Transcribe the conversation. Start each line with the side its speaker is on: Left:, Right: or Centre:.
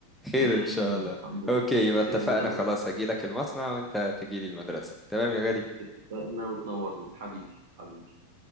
Centre: خير
Right: <laughs>
Centre: إن شاء الله
Right: الحمد لله
Centre: أوكي يبقى اتفقنا
Right: خير إن شاء الله
Centre: خلاص هجيلك المصنع وانت تجيلي المدرسة تمام يا غالي
Right: اتفقنا وتنورني حبيبي حبيبي